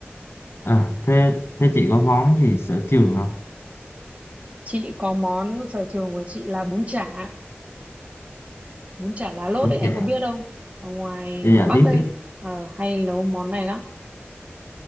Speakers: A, on the left (about 70°); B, on the right (about 30°).
A: à, thế thế chị có món gì sở trường không
B: Chị có món sở trường của chị là bún chả, bún chả lá lốt
A: đúng
B: ấy em
A: dạ
B: có biết không? Ở ngoài
A: dạ
B: ngoài
A: dạ,
B: Bắc
A: biết
B: ấy
A: biết
B: ờ, hay nấu món này lắm.